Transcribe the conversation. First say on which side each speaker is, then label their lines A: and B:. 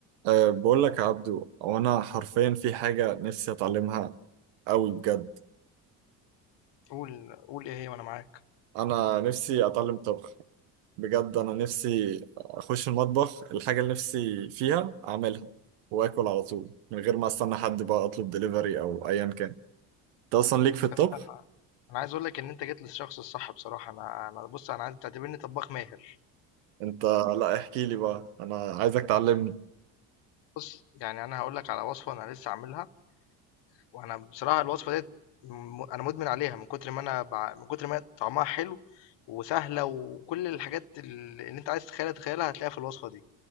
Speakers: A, on the right; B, on the left.
A: أه بقول لك يا عبدو وانا حرفيا في حاجة نفسي اتعلمها قوي بجد
B: قول قول إيه هي وأنا معاك.
A: انا نفسي اتعلم طبخ بجد انا نفسي اخش المطبخ الحاجة اللي نفسي فيها اعملها واكل على طول من غير ما استنى حد بقى اطلب دليفري او ايا كان انت اصلا ليك في الطبخ
B: يا اسطى أنا أنا عايز أقول لك إن أنت جيت للشخص الصح بصراحة، أنا أنا بُص أنا عايزك تعتبرني طبّاخ ماهر.
A: انت لا احكي لي بقى انا عايزك تعلمني
B: بُص، يعني أنا هاقول لك على وصفة أنا لسه عاملها، وأنا بصراحة الوصفة ديّة م أنا مُدمن عليها من كتر ما أنا باع من كتر ما هي طعمها حلو وسهلة وكل الحاجات ال اللي أنت عايز تتخيلها تتخيلها هتلاقيها في الوصفة دي.